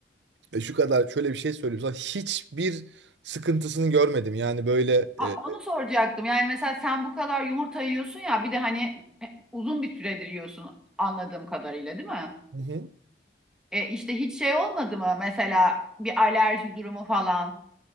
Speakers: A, on the right (about 85°); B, in the centre.
A: E, şu kadar şöyle bir şey söyleyeyim sana. Hiçbir sıkıntısını görmedim. Yani böyle
B: A-
A: e,
B: Onu soracaktım. Yani mesela sen bu kadar yumurta yiyorsun ya bir de hani e, uzun bir süredir yiyorsun anladığım kadarıyla değil mi?
A: Hı hı.
B: E işte hiç şey olmadı mı mesela bir alerji durumu falan?